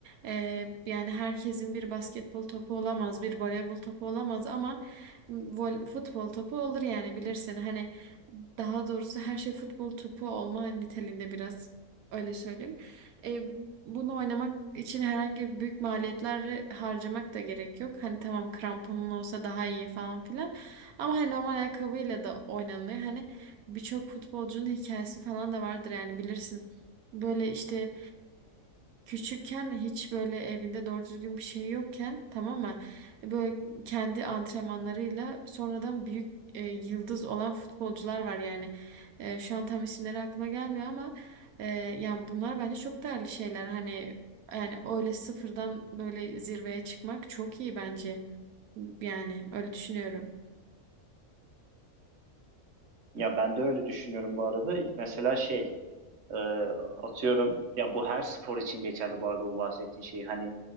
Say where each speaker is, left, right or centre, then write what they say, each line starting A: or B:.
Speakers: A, on the right (about 85°); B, on the right (about 60°).
A: Ee, yani herkesin bir basketbol topu olamaz, bir voleybol topu olamaz ama vol- futbol topu olur yani bilirsin. Hani daha doğrusu her şey futbol topu olma niteliğinde biraz öyle söyleyeyim. Ee, bunu oynamak için herhangi büyük maliyetler harcamak da gerek yok. Hani tamam kramponun olsa daha iyi falan filan. Ama hani normal ayakkabıyla da oynanılıyor. Hani birçok futbolcunun hikayesi falan da vardır yani bilirsin. Böyle işte küçükken hiç böyle evinde doğru düzgün bir şey yokken tamam mı? Böyle kendi antrenmanlarıyla sonradan büyük e, yıldız olan futbolcular var yani. E, şu an tam isimleri aklıma gelmiyor ama e, yani bunlar bence çok değerli şeyler. Hani yani öyle sıfırdan böyle zirveye çıkmak çok iyi bence. Yani öyle düşünüyorum.
B: Ya ben de öyle düşünüyorum bu arada. Mesela şey Ee, atıyorum ya bu her spor için geçerli bu arada bu bahsettiğin şey hani